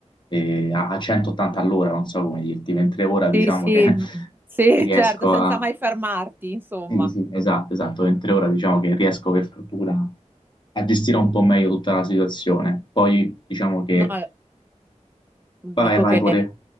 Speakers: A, on the left; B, on the right.
A: eh, a a 180 all'ora, non so come dirti, mentre ora diciamo
B: Sì, sì,
A: che <laughs>
B: sì,
A: riesco
B: certo, senza
A: a...
B: mai fermarti, insomma.
A: Sì, sì, esatto, esatto, mentre ora diciamo che riesco per fortuna a gestire un po' meglio tutta la situazione. Poi diciamo che
B: No, dico
A: Vai, vai
B: che
A: pure.